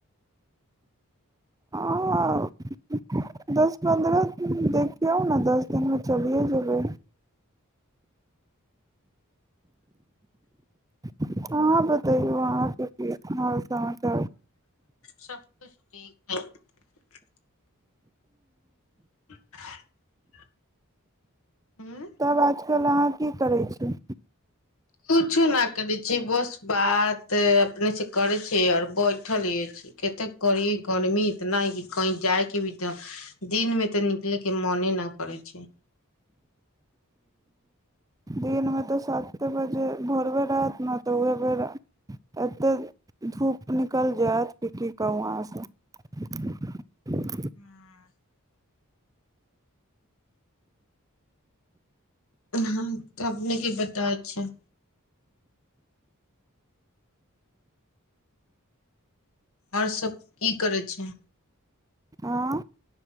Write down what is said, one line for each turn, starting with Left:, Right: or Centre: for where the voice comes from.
Right: हां दस पन्द्रह दिन देखियौ ने, दस दिनमे चलिए जेबै। अहां बतइयौ अहांके की हाल छै अहांके।
Left: सब कुछ ठीक छै <inaudible> हूँ
Right: तब आजकल अहां की करय छी।
Left: कुछो नै करै छी बस बात अपने से करै छै और बैठल रहै छी, कतेक कड़ी गर्मी इतना कि कही जायके भी त दिन मे त निकलेके मने न करै छै।
Right: दिनमे त साते बजे भोरबे रहत ने त उह बेर एतेक धुप निकलि जायत कि की कहू अहांसे।
Left: हुं उं हम अपने के बताय छी। और सब की करै छियै।
Right: एं